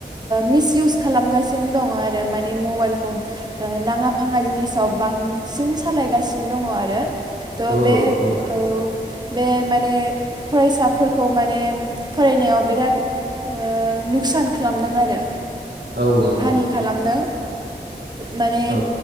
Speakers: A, on the right (about 25°); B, on the right (about 75°).
A: मिसयउस खालामगासिनो दङ आरो मानि मबाइलखौ नाङा फाङा जिनिसाव बांसिन सालायगासिनो दङ आरो थ'
B: औ
A: बे
B: औ नंगौ नोंथां
A: औ बे माने फरायसाफोरखौ माने फरायनायाव बिराद ओ नुकसान खालामदों आरो
B: औ नोंगौ
A: हानि
B: नोंथां
A: खालामदों माने
B: औ